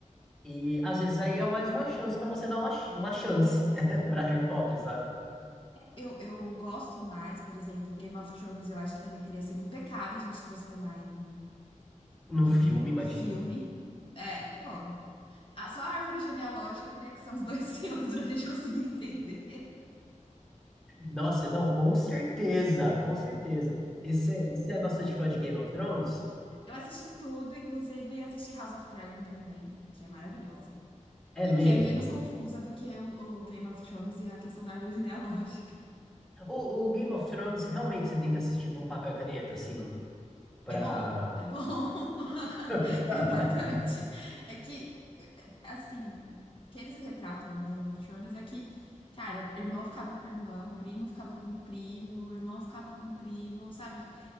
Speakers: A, in the centre; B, on the left (about 40°).
A: E às vezes aí é mais uma chance pra você dar uma, ch- uma chance <laughs> pra Harry Potter, sabe?
B: Eu, eu gosto mais, por exemplo, Game of Thrones, eu acho que também teria sido um pecado a gente transformar em,
A: Num
B: em
A: filme, imagina.
B: filme. É, pô, a, só a árvore genealógica teria que ser uns dois <laughs> filmes pra gente conseguir entender.
A: Nossa, não, com certeza, com certeza. E você você é bastante fã de Game of Thrones?
B: Eu assisti tudo, inclusive assisti House of Dragon também, que é maravilhosa.
A: É
B: E
A: mesmo.
B: que é menos confusa do que o, o Game of Thrones e a questão da árvore genealógica.
A: O, o Game of Thrones realmente você tem que assistir com papel e caneta, assim, pra.
B: É bom, é bom. <laughs>
A: <laughs>
B: É importante. É que, assim, o que eles retratam em Game of Thrones é que, cara, irmão ficava com irmão, primo ficava com primo, irmão ficava com primo, sabe?